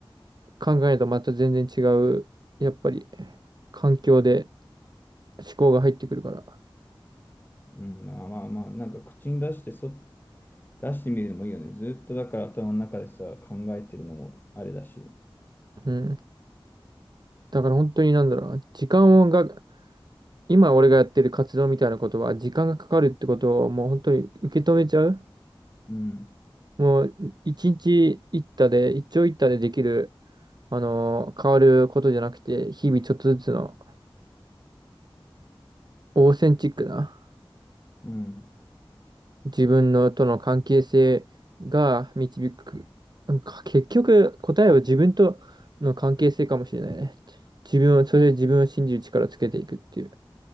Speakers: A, on the right; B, on the left.
A: 考えるとまた全然違う、やっぱり、環境で思考が入ってくるから。
B: うん、まあまあまあ、なんか口に出してそ、出してみるのもいいよね。ずっとだから頭の中でさ、考えてるのもあれだし。
A: うん。だから本当になんだろうな。時間が今俺がやってる活動みたいなことは時間がかかるってことをもう本当に受け止めちゃう
B: うん
A: もう一日一多で、一長一短でできる、あのー変わることじゃなくて、日々ちょっとずつのオーセンチックな
B: うん、
A: 自分のとの関係性が導く。なんか結局答えは自分との関係性かもしれないね。自分を、それで自分を信じる力をつけていくっていう。